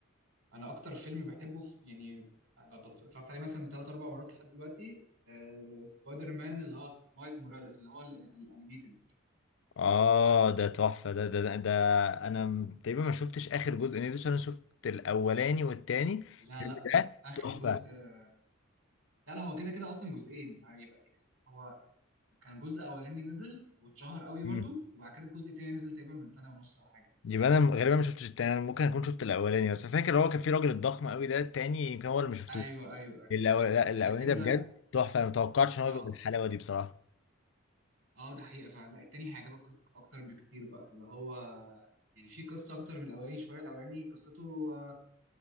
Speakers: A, on the right; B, on the left.
A: انا اكتر فيلم بحبه في يعني ب- ب- اتفرجت عليه مثلا ثلاث اربع مرات لحد دلوقتي آه سبايدر مان اللي هو مايلز موراليس اللي هو ال- الانيميتد
B: اه ده تحفة ده ده ده, ده انا م- تقريبا ما شفتش اخر جزء نزل عشان انا شفت الاولاني والتاني
A: لا
B: الفيلم
A: لا
B: ده
A: اخر
B: تحفة
A: جزء آه، لا لا هو كده كده اصلا جزئين هيبقى هو كان جزء اولاني نزل واتشهر قوي برضو
B: مم.
A: وبعد كده الجزء التاني نزل تقريبا من سنه ونص او حاجه
B: يبقى انا م- غالبا ما شفتش التاني انا ممكن اكون شفت الاولاني بس فاكر هو كان في راجل الضخم قوي ده التاني يمكن هو اللي ما شفتوش
A: ايوه ايوه ايوه
B: الأول... لا الاولاني
A: لا التاني
B: ده بجد
A: بقى
B: تحفة انا ما توقعتش ان
A: اه
B: هو يبقى بالحلاوة دي بصراحة
A: اه ده حقيقه فعلا لا التاني هيعجبك اكتر بكتير بقى اللي هو يعني في قصه اكتر من الاولاني شويه الاولاني قصته آه،